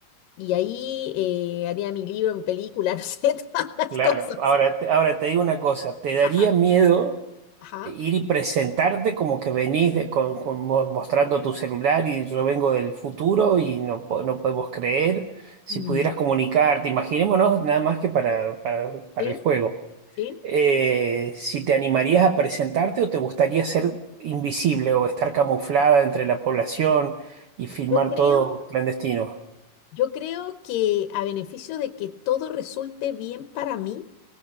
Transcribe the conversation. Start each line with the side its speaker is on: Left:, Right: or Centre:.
Left: y ahí eh, haría mi libro, mi película, <laughs> no sé, todas las
Right: Claro,
Left: cosas.
Right: ahora, te- ahora te digo una cosa, ¿te daría
Left: Ajá,
Right: miedo
Left: ajá.
Right: ir y presentarte como que venís de- con- con- mo- mostrando tu celular y yo vengo del futuro y no, po- no podemos creer si
Left: Mm,
Right: pudieras comunicarte? Imaginémonos nada más que para, para, para
Left: sí,
Right: el juego.
Left: sí.
Right: eh, si te animarías a presentarte o te gustaría ser invisible o estar camuflada entre la población y filmar
Left: Yo Mm. creo,
Right: todo clandestino.
Left: yo creo que a beneficio de que todo resulte bien para mí,